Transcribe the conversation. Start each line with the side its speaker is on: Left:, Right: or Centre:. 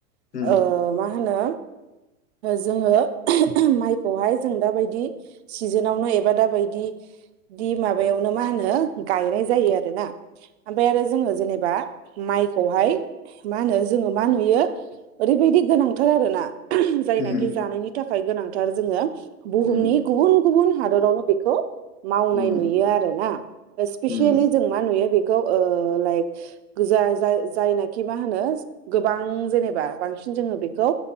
Left: उम
Right: ओ मा होनो जोङो माइखौहाय जों दाबायदि सिजोनावनो एबा दाबायदि दि माबायावनो मा होनो गायनाय जायो आरो ना ओमफ्राय आरो जोङो जेनेबा माइखौहाय मा होनो जोङो मा नुयो ओरैबायदि गोनांथार आरोना जायनाखि
Left: उम
Right: जानायनि थाखाय थाखाय गोनांथार जोङो बुहुमनि
Left: उम
Right: गुबुन गुबुन हादरावनो बेखौ मावनाय
Left: उम
Right: नुयो आरोना स्पेसियेलि
Left: उम
Right: जों मा नुयो बे खौ लाइक गोजा जा जायनाय खि मा होनो गोबां जेनेबा बांसिन जोङो बेखौ